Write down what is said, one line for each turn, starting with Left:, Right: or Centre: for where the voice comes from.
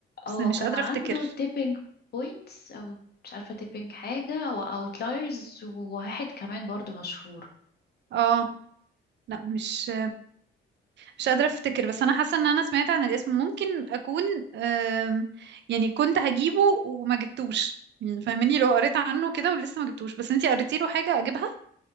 Left: اه
Right: بس مش
Left: كان
Right: قادره
Left: عنده
Right: افتكر
Left: تيبينج بوينتس أو مش عارفة تيبينج حاجة أو أوتلايرز وواحد كمان برضو مشهور
Right: اه لا مش مش قادره افتكر بس انا حاسه ان انا سمعت عن الاسم ممكن اكون آم، يعني كنت هجيبه وما جبتوش يعني فاهماني لو قريت عنه كده ولسه ما جبتوش بس انتي قريتي له حاجه اجيبها